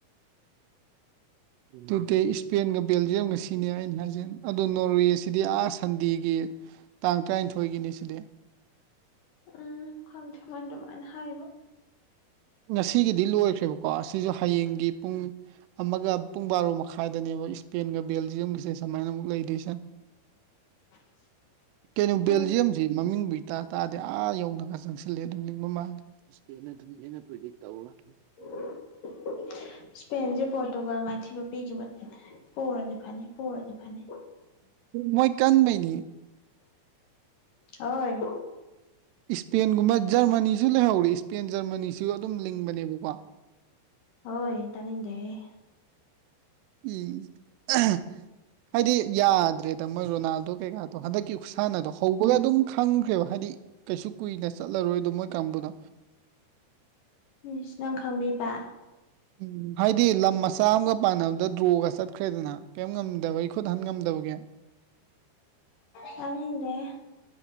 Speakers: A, on the right (about 85°); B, on the left (about 65°).
A: ꯇꯨꯗ ꯏꯁꯄꯦꯟꯒ ꯕꯦꯜꯖꯤꯌꯝꯒ ꯁꯤꯅꯤ ꯑꯩꯅ ꯍꯥꯏꯖ ꯑꯗꯣ ꯅꯣꯔꯋꯦꯁꯤꯗꯤ ꯑꯥ ꯁꯟꯗꯦꯒꯤ ꯇꯥꯡ ꯇꯔꯥꯅꯤꯊꯣꯏꯒꯤꯅꯦ ꯁꯤꯗꯤ
B: ꯎꯝ ꯈꯪꯗꯦ ꯃꯣꯏ ꯑꯗꯨꯃꯥꯏꯅ ꯍꯥꯏꯌꯦꯕ
A: ꯉꯁꯤꯒꯤꯗꯤ ꯂꯣꯏꯈ꯭ꯔꯦꯕꯀꯣ ꯑꯁꯤꯁꯨ ꯍꯌꯦꯡꯒꯤ ꯄꯨꯡ ꯑꯃꯒ ꯄꯨꯡ ꯕꯥꯔꯣ ꯃꯈꯥꯏꯗꯅꯦꯕ ꯏꯁꯄꯦꯟꯒ ꯕꯦꯜꯖꯤꯌꯝꯒꯁꯦ ꯁꯨꯃꯥꯏꯅ ꯑꯃꯨꯛ ꯂꯩꯗꯣꯏꯁꯦ
B: <inaudible>
A: ꯀꯩꯅꯣ
B: ꯎꯝ
A: ꯕꯦꯜꯖꯤꯌꯝꯁꯤ ꯃꯃꯤꯡꯕꯨ ꯏꯇꯥ ꯇꯥꯗꯦ ꯑꯥ ꯌꯧꯅꯒ ꯆꯪꯁꯤꯜꯂꯦ ꯑꯗꯨꯝ ꯂꯤꯡꯕ ꯃꯥꯜꯂꯦ <unintelligible> ꯇꯧ <inaudible>
B: <unintelligible> ꯏꯁꯄꯦꯟꯁꯦ ꯄꯣꯔꯇꯨꯒꯥꯜ ꯃꯥꯏꯊꯤꯕ ꯄꯤꯈꯤꯕꯅꯦ ꯄꯣꯔꯗꯤ ꯐꯅꯤ ꯄꯣꯔꯗꯤ ꯐꯅꯤ
A: ꯃꯣꯏ ꯀꯥꯟꯕꯥꯩꯅꯤ
B: ꯍꯣꯏ
A: ꯏꯁꯄꯦꯟꯒꯨꯝꯕ ꯖꯔꯃꯅꯤꯁꯨ ꯂꯩꯍꯧꯔꯦ ꯏꯁꯄꯦꯟ ꯖꯔꯃꯅꯤꯁꯨ ꯑꯗꯨꯝ ꯂꯤꯡꯕꯅꯦꯕꯀꯣ
B: ꯍꯣꯏ ꯇꯥꯅꯤꯡꯗꯦꯍꯦ
A: <unintelligible> ꯍꯥꯏꯗꯤ ꯌꯥꯗ꯭ꯔꯦꯗ ꯃꯣꯏ ꯔꯣꯅꯥꯟꯗꯣ ꯀꯩꯀꯗꯣ ꯍꯟꯗꯛꯀꯤ ꯈꯨꯠꯁꯥꯟꯅꯗꯣ ꯍꯧꯕꯒ ꯑꯗꯨꯝ ꯈꯪꯈ꯭ꯔꯦꯕ ꯍꯥꯏꯗꯤ ꯀꯩꯁꯨ ꯀꯨꯏꯅ ꯆꯠꯂꯔꯣꯏꯗꯣ ꯃꯣꯏ ꯀꯥꯡꯕꯨꯅ
B: ꯃꯤꯁ ꯅꯪ ꯈꯪꯕꯤꯕ
A: ꯎꯝ ꯍꯥꯏꯗꯤ ꯂꯝ ꯃꯆꯥ ꯑꯃꯒ ꯄꯥꯟꯅꯕꯗ ꯗ꯭ꯔꯣꯒ ꯆꯠꯈ꯭ꯔꯦꯗꯅ ꯀꯔꯤꯝ ꯉꯝꯗꯕꯩ ꯈꯨꯠ ꯍꯟ ꯉꯝꯗꯕꯒꯤ
B: ꯇꯅꯤꯡꯗꯦꯍꯦ